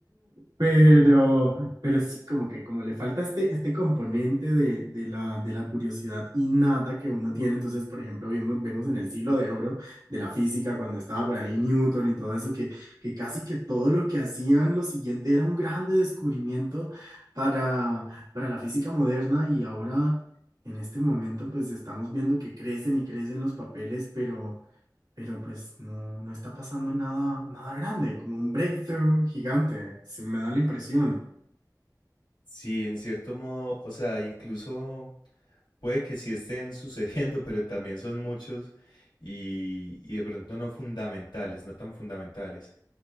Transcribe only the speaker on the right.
Pero... Pero sí, como que como le falta este, este componente de, de la, de la curiosidad innata que uno tiene. Entonces, por ejemplo, vemos, vemos en el siglo de oro de la física, cuando estaba por ahí Newton y todo eso, que, que casi que todo lo que hacían, lo siguiente era un grande descubrimiento para, para la física moderna y ahora, en este momento, pues estamos viendo que crecen y crecen los papeles, pero, pero pues no, no está pasando nada, nada grande, como un breakthrough gigante. Se me da la impresión.